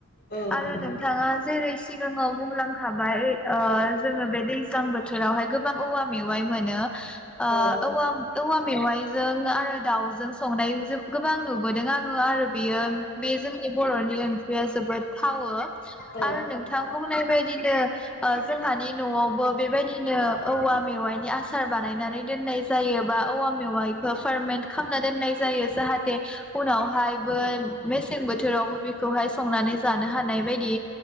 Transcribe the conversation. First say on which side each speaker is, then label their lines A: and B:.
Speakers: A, on the left; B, in the centre.
A: औ
B: आरो
A: नंगौ
B: नोंथाङा जेरै सिगाङाव बुंलांखाबाय ओ जोङो बे दै गां बोथोरावहाय गोबां औवा मेवाइ मोनो ओ
A: औ
B: औवा औवा मेवाइजों आरो दाउज जों संनाय ज गोबां नुबोदों आङो आरो बियो बे जोंनि बर'नि ओंख्रिया जोबोद थावो
A: औ
B: आरो नोंथां बुंनाय बायदिनो ओ जोंहानि न'आवबो बेबायदिनो औवा मेवाइनि आसार बानाय नानै दोननाय जायो बा औवा मेवाइखौ फारमेद खामना दोननाय जायो जाहाथे उनावहायबो मेसें बोथोरावबो बि खौहाय संनानै जानो हानाय बायदि